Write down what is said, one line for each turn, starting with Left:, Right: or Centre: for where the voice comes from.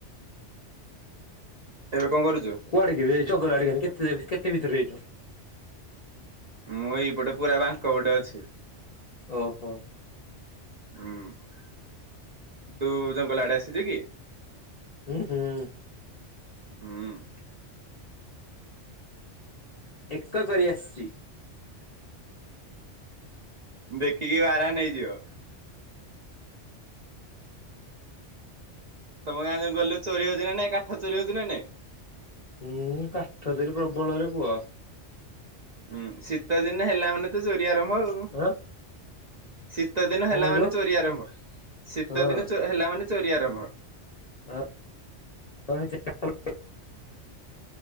Right: ଏବେ କଣ କରୁଚୁ?
Left: କୁଆଡେ କିରେ ଜଙ୍ଗଲ ଆଡେ କେ କେତେ କେତେ ଭିତରେ ଯାଇଚୁ?
Right: ମୁଁ ଏଇପଟେ ପୁରା ବାଙ୍କ ପଟେ ଅଛି।
Left: ଓହୋ।
Right: ଉୁଁ। ତୁ ଜଙ୍ଗଲ ଆଡେ ଆସିଚୁ କି?
Left: ଉଁ, ହୁଁ।
Right: ହୁଁ।
Left: ଏକ କରି ଆସଚି।
Right: ଦେଖିକି ବାରହା ନେଇଯିବ। ତମ ଗାଁ ଜଙ୍ଗଲରେ ଚୋରି ହଉଛି ନା ନାଇ? କାଠ ଚୋରି ହଉଛି ନା ନାଇଁ?
Left: ହୁଁ କାଠ ଚୋରି ପ୍ରବଳରେ ପୁଅ।
Right: ଉୁଁ, ଶୀତ ଦିନ ହେଲା ମାନେ ତ ଚୋରି ଆରମ୍ଭ ଆଉ।
Left: କଣ
Right: ଶୀତ ଦିନ
Left: କହିଲୁ
Right: ହେଲା ମାନେ
Left: ହଁ।
Right: ଚୋରି ଆରମ୍ଭ। ଶୀତ
Left: ହଁ
Right: ଦିନ ଚୋ ହେଲା ମାନେ ଚୋରି ଆରମ୍ଭ।
Left: <unintelligible>